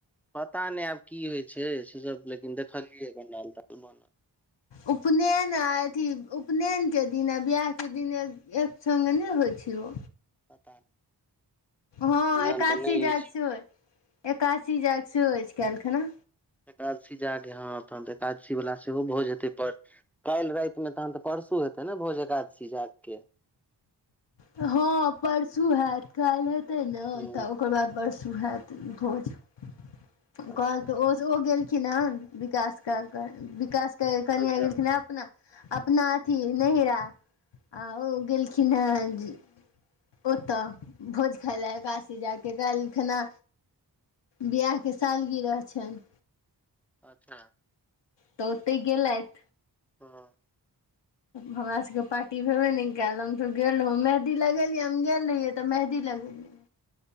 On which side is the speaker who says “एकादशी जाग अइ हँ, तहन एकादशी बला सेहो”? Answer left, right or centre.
Centre